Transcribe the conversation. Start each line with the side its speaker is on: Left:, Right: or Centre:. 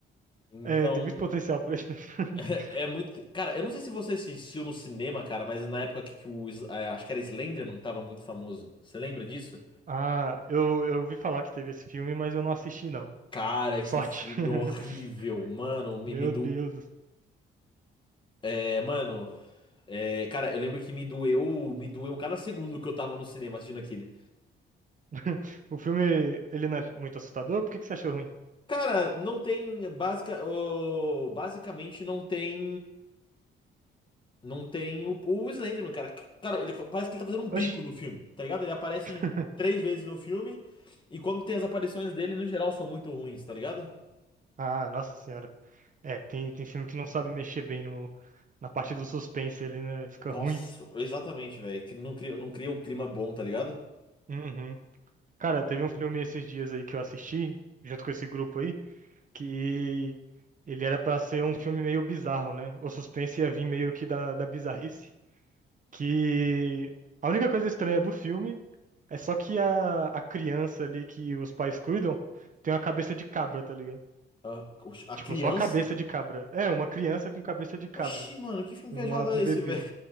Left: Então,
Right: É, tem muito potencial pra isso. <laughs>
Left: é muito. Cara, eu não sei se você assistiu no cinema, cara, mas na época que, que o. Is- é, acho que era Slenderman, tava muito famoso. Você lembra disso?
Right: Ah, eu, eu ouvi falar que teve esse filme, mas eu não assisti, não.
Left: Cara,
Right: Sorte.
Left: que filme
Right: <laughs>
Left: horrível. Mano, me,
Right: Meu
Left: me do.
Right: Deus.
Left: É, mano. é, cara, eu lembro que me doeu. Me doeu cada segundo que eu tava no cinema assistindo aquele.
Right: <laughs> O filme, ele não é muito assustador? Por que que você achou ruim?
Left: Cara, não tem basica, ô, basicamente não tem não tem o, o Slenderman, cara. Cara, ele fa- parece que ele tá fazendo um bico
Right: Oxi.
Left: no filme, tá ligado? Ele aparece
Right: <laughs>
Left: três vezes no filme e quando tem as aparições dele, no geral, são muito ruins, tá ligado?
Right: Ah, nossa senhora. É, tem, tem filme que não sabe mexer bem no, na parte do suspense ali, né? Fica
Left: Nossa,
Right: ruim.
Left: exatamente, velho. Que Não cria, não cria o clima bom, tá ligado?
Right: Uhum. Cara, teve um filme esses dias aí que eu assisti, junto com esse grupo aí, que ele era pra ser um filme meio bizarro, né? O suspense ia vir meio que da, da bizarrice. Que a única coisa estranha do filme é só que a, a criança ali que os pais cuidam tem uma cabeça de cabra, tá ligado?
Left: A, oxi, a
Right: Tipo,
Left: criança?
Right: só a cabeça de cabra. É, uma criança com cabeça de cabra.
Left: Oxi, mano, que filme
Right: Uma-
Left: viajado
Right: um
Left: é esse,
Right: bebê.
Left: velho? <laughs>